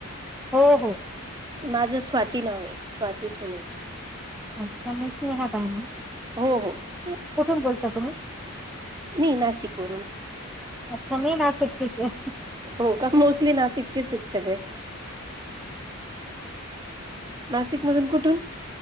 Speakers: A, in the centre; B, on the right.
A: हो हो
B: <inaudible> माझं स्वाती नाव आहे स्वाती सोनून
A: <unintelligible>
B: <unintelligible>
A: कुठून बोलता तुम्ही
B: मी नासिक वरून,
A: अच्छा मीन आ शक् च
B: हो का मोस्टली नाशिकचेच आहेत सगळे, नाशिक मधून कुठ